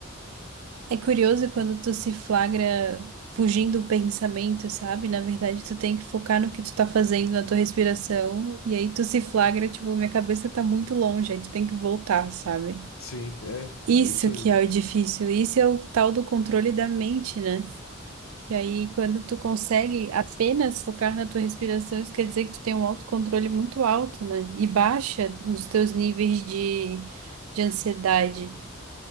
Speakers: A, on the right; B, on the left.
A: é curioso quando tu se flagra fugindo do pensamento, sabe? Na verdade, tu tem que focar no que tu tá fazendo, na tua respiração, e aí tu se flagra, tipo, minha cabeça tá muito longe, aí tu tem que voltar, sabe?
B: sim, é,
A: Isso
B: é isso aí.
A: que é o difícil, isso é o tal do controle da mente, né? E aí, quando tu consegue apenas focar na tua respiração, isso quer dizer que tu tem um autocontrole muito alto, né? E baixa os teus níveis de, de ansiedade.